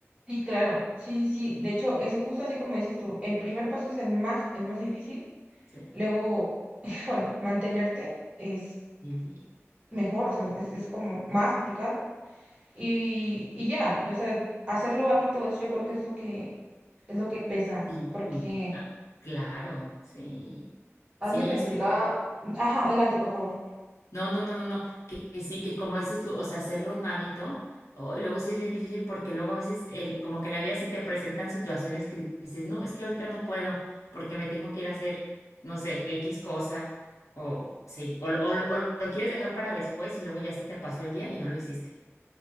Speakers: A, on the right; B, on the left.
A: Sí, claro, sí, sí, sí. De hecho, ese justo así como dices tú, el primer paso es el más, el más difícil.
B: Sí.
A: Luego, <laughs> híjole, mantenerte es
B: sí
A: mejor, o sea, es, es como más complicado. Y, y ya, yo, o sea, hacerlo hábito es, yo creo que es lo que, es lo que pesa,
B: y-
A: porque
B: ah, claro, sí.
A: alguien
B: Sí,
A: me explicaba,
B: sí.
A: ajá, adelante, por favor.
B: No, no, no, no, no, que, que sí, que como dices tú, o sea, hacerlo un hábito, o- y luego sí es bien difícil porque luego a veces el, como que en la vida se te presentan situaciones que dices, no, es que ahorita no puedo porque me tengo que ir a hacer, no sé, X cosa, o sí, o, lo- o, lo- o lo quieres dejar para después y luego ya se te pasó el día y no lo hiciste.